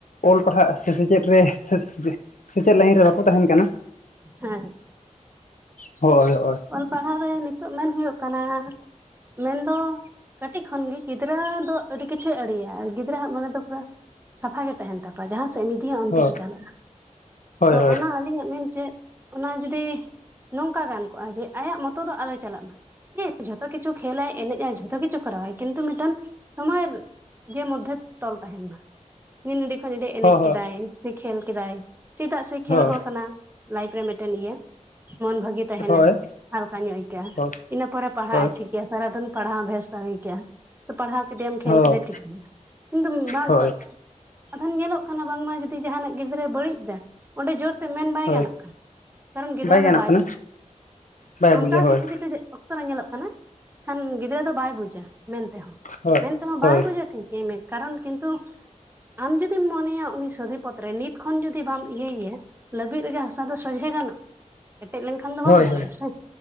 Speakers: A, on the left; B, on the right.
A: ᱚᱞ ᱯᱟᱲᱦᱟᱜ ᱥᱮ ᱥᱮᱪᱮᱫ ᱨᱮ ᱥᱮᱪᱮᱫ ᱞᱟᱭᱤᱱ ᱨᱮ ᱵᱟᱠᱚ ᱛᱟᱦᱮᱱ ᱠᱟᱱᱟ
B: ᱦᱮᱸ
A: ᱦᱳᱭ ᱦᱳᱭ
B: ᱚᱞ ᱯᱟᱲᱦᱟᱣ ᱨᱮ ᱱᱤᱛᱚᱜ ᱢᱮᱱ ᱦᱩᱭᱩᱜ ᱠᱟᱱᱟ ᱢᱮᱱ ᱫᱚ ᱠᱟᱹᱴᱤᱡ ᱠᱷᱚᱱ ᱜᱮ ᱜᱤᱫᱽᱨᱟᱹ ᱫᱚ ᱟᱹᱰᱤ ᱠᱤᱪᱷᱩᱭ ᱟᱹᱲᱤᱭᱟ ᱟᱨ ᱜᱤᱫᱽᱨᱟᱹ ᱦᱟᱸᱜ ᱢᱚᱱᱮ ᱫᱚ ᱯᱩᱨᱟᱹ ᱥᱟᱯᱷᱟ ᱜᱮ ᱛᱟᱦᱮᱱ ᱛᱟᱠᱚᱣᱟ ᱡᱟᱦᱟᱸ ᱥᱮᱫ ᱮᱢ ᱤᱫᱤᱭᱟ ᱚᱱᱛᱮ
A: ᱦᱳᱭ
B: ᱜᱮ ᱪᱟᱞᱟᱜᱼᱟ
A: ᱦᱳᱭ
B: ᱛᱚ
A: ᱦᱳᱭ
B: ᱚᱱᱟ ᱟᱹᱞᱤᱧᱟᱜ ᱢᱮᱱ ᱪᱮᱫ ᱚᱱᱟ ᱡᱩᱫᱤ ᱚᱱᱠᱟ ᱜᱟᱱ ᱠᱚᱜᱼᱟ ᱡᱮ ᱟᱭᱟᱜ ᱢᱚᱛᱚ ᱫᱚ ᱟᱞᱚᱭ ᱪᱟᱞᱟᱜ ᱢᱟ <unintelligible> ᱡᱷᱚᱛᱚ ᱠᱤᱪᱷᱩ ᱠᱷᱮᱞᱟᱭ ᱮᱱᱮᱡ ᱟᱭ ᱡᱷᱚᱛᱚ ᱠᱤᱪᱷᱩ ᱠᱚᱨᱟᱣᱟᱭ ᱠᱤᱱᱛᱩ ᱢᱤᱫᱴᱟᱱ ᱥᱚᱢᱚᱭ ᱜᱮ ᱢᱚᱫᱽᱫᱷᱮ ᱛᱚᱞ ᱛᱟᱦᱮᱱ ᱢᱟ ᱱᱤᱱ ᱱᱚᱰᱮ ᱠᱷᱚᱱ ᱱᱚᱰᱮ ᱮᱱᱮᱡ
A: ᱦᱳᱭ
B: ᱠᱮᱫᱟᱭ ᱥᱮ ᱠᱷᱮᱞ ᱠᱮᱫᱟᱭ ᱪᱮᱫᱟᱜ ᱥᱮ
A: ᱦᱳᱭ
B: ᱠᱷᱮᱞ ᱦᱚᱸ ᱠᱟᱱᱟ ᱞᱟᱭᱤᱯᱷ ᱨᱮ ᱢᱤᱫᱴᱮᱱ ᱤᱭᱟᱹ ᱢᱚᱱ ᱵᱷᱟᱹᱜᱤ ᱛᱟᱦᱮᱱᱟ
A: ᱦᱳᱭ
B: ᱦᱟᱞᱠᱟ ᱧᱚᱜ ᱟᱹᱭᱠᱟᱹᱜᱼᱟ
A: ᱦᱳᱭ
B: ᱤᱱᱟᱹ ᱯᱚᱨᱮ ᱯᱟᱲᱦᱟᱜᱼᱟᱭ
A: ᱦᱳᱭ
B: ᱴᱷᱤᱠ ᱛᱟᱭ ᱥᱟᱨᱟ ᱫᱤᱱ ᱯᱟᱲᱟᱣ ᱦᱚᱸ ᱵᱷᱮᱥ ᱵᱟᱝ ᱟᱹᱭᱠᱟᱹᱜᱼᱟ ᱾ ᱯᱟᱲᱦᱟᱣ ᱠᱮᱫᱮᱭᱟᱢ ᱠᱷᱮᱞ
A: ᱦᱳᱭ
B: ᱠᱮᱫᱮ ᱴᱷᱤᱠ ᱜᱮᱭᱟ ᱠᱤᱱᱛᱩ ᱵᱟᱝ
A: ᱦᱳᱭ
B: ᱠᱟᱹᱜᱼᱼ ᱟᱠᱷᱟᱱ ᱧᱮᱞᱚᱜ ᱠᱟᱱᱟ ᱵᱟᱝᱢᱟ ᱡᱩᱫᱤ ᱡᱟᱦᱟᱱᱟᱜ ᱜᱤᱫᱽᱨᱟᱹᱭ ᱵᱟᱹᱲᱤᱡ ᱮᱫᱟᱼᱼ ᱚᱸᱰᱮ ᱡᱳᱨ ᱛᱮ ᱢᱮᱱ ᱵᱟᱭ
A: ᱦᱳᱭ
B: ᱜᱟᱱᱚᱜ ᱠᱟᱱᱟ, ᱠᱟᱨᱚᱱ ᱜᱤᱫᱽᱨᱟᱹ
A: ᱜᱟᱱᱚᱜ
B: ᱫᱚ ᱵᱟᱭ
A: ᱠᱟᱱᱟ
B: ᱵᱩᱡᱽ-ᱟ ᱾
A: ᱵᱟᱭ ᱵᱩᱡᱟ
B: ᱚᱱᱠᱟ
A: ᱦᱳᱭ
B: ᱠᱤᱪᱷᱩ ᱠᱤᱪᱷᱩ ᱚᱠᱛᱚ ᱨᱮ ᱧᱮᱞᱚᱜ ᱠᱟᱱᱟ ᱠᱷᱟᱱ ᱜᱤᱫᱽᱨᱟᱹ ᱫᱚ ᱵᱟᱭ ᱵᱩᱡᱟ ᱢᱮᱱᱛᱮ ᱦᱚᱸ ᱾
A: ᱦᱳᱭ
B: ᱢᱮᱱ ᱛᱮᱦᱚᱸ
A: ᱦᱳᱭ
B: ᱵᱟᱭ ᱵᱩᱡᱟ ᱴᱷᱤᱠ ᱜᱮ, ᱢᱮ ᱠᱟᱨᱚᱱ ᱠᱤᱱᱛᱩ ᱟᱢ ᱡᱩᱫᱤᱢ ᱢᱚᱱᱮᱭᱟ ᱩᱱᱤ ᱥᱚᱨᱤᱯᱷᱼᱼ ᱯᱚᱫ ᱨᱮ ᱱᱤᱛ ᱠᱷᱚᱱ ᱡᱩᱫᱤ ᱵᱟᱢ ᱤᱭᱟᱹ ᱭᱮᱭᱟ ᱞᱟᱹᱵᱤᱫ ᱨᱮᱜᱮ ᱦᱟᱥᱟ ᱫᱚ ᱥᱚᱡᱷᱮ ᱜᱟᱱᱚᱜᱼᱟ ᱾ ᱠᱴᱮᱡ ᱞᱮᱱᱠᱷᱟᱱ ᱫᱚ
A: ᱦᱳᱭ
B: ᱵᱟᱢ ᱫᱟᱲᱮᱭᱟᱜᱼᱟ
A: ᱦᱳᱭ
B: ᱥᱮ,